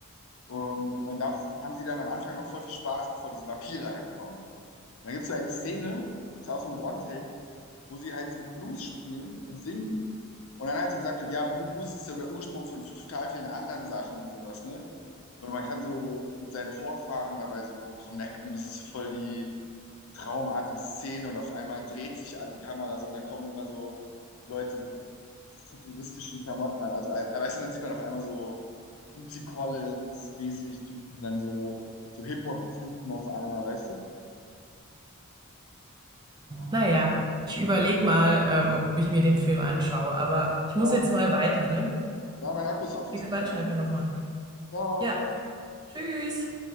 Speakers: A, on the left; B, on the right.
A: Um, und da f- haben sie dann am Anfang noch voll viel Spaß, bevor diese Vampire halt kommen. Und dann gibt es so eine Szene, ist auch so ein One-Take, wo sie halt so Blues spielen und singen. Und dann halt so gesagt wird, ja, Blues ist ja der Ursprung von total vielen anderen Sachen und sowas, ne? Und man kann so mit seinen Vorfahren dabei so connecten und es ist so voll die traumartige Szene und auf einmal dreht sich die Kamera so und dann kommen immer so Leute mit futuristischen Klamotten an. Also, äh, weißt du, dann sieht man auf einmal so Bootsy Collins-mäßig Typen, dann so, so Hip-Hop-Typen auf einmal, weißt du? Ja.
B: Naja, ich überlege mal, ähm, ob ich mir den Film anschaue, aber ich
A: Ja,
B: muss jetzt mal weiter, ne?
A: ja, mein Akku ist auch fast
B: Wir quatschen
A: leer, ne?
B: einfach nochmal.
A: Ciao.
B: Ja, tschüss.